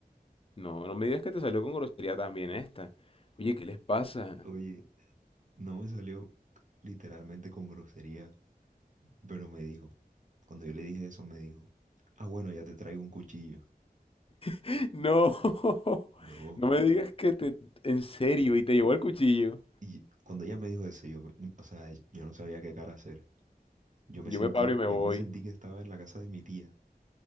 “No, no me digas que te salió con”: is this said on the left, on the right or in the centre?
Left